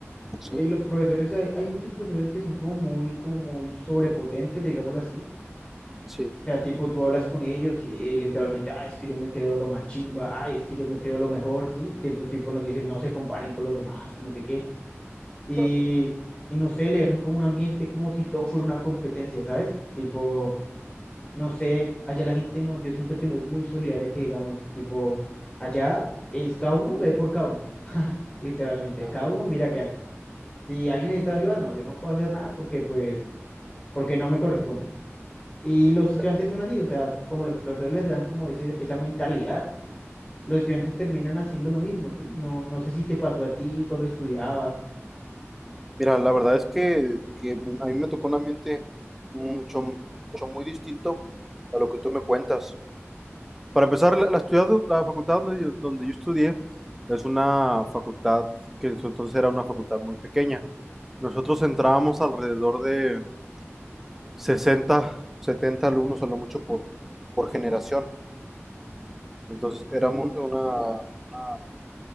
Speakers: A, in the centre; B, on the left (about 25°).
A: Sí,
B: eh, los profesores, hay, hay muchos profesores que son como muy, como muy sobrepotentes, digámoslo así
A: sí,
B: sea, tipo, tú hablas con ellos y, eh, literalmente, ah, es que yo me creo lo más chimba, ay, es que yo me creo lo mejor, ¿sí? Tipo, tipo nos dicen, no se comparen con los demás, que no sé qué. Y,
A: ya,
B: y no sé, le dejan como un ambiente como si todo fuera una competencia, ¿sabes? Tipo, no sé, allá la gente no, yo siento que no es muy solidaria que digamos, tipo, allá es cada uno ve por cada uno, <laughs> literalmente,
A: ya,
B: cada uno mira qué hace. Si alguien necesita ayuda, no, yo no puedo hacer nada porque, pues, porque no me corresponde. Y los estudiantes
A: ya.
B: son así, o sea, como los profesores les dan como ese, esa mentalidad, los estudiantes terminan haciendo lo mismo, ¿sí? No, no sé si te pasó a ti cuando estudiabas.
A: Mira, la verdad es que, que a mí me tocó un ambiente mucho, mucho muy distinto a lo que tú me cuentas. Para empezar, la, la estudiad- la facultad donde yo, donde yo estudié es una facultad que en su entonces era una facultad muy pequeña. Nosotros entrábamos alrededor de 60 70 alumnos a lo mucho por, por generación. Entonces era mu- una, una